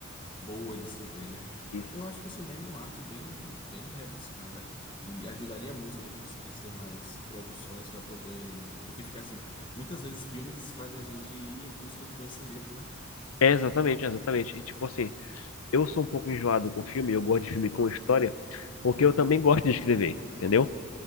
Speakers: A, on the left; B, on the left.
A: boa de se ver, né?
B: isso.
A: Ah, Eu acho que o cinema é uma arte bem, bem rebuscada e ajudaria muito se a gente conseguisse ter mais produções para poder, porque fica assim, muitas vezes filmes fazem a gente ir em busca de conhecimento, né?
B: É, exatamente, exatamente. E tipo assim, eu sou um pouco enjoado com filme, eu gosto de filme com história, porque eu também gosto de escrever, entendeu?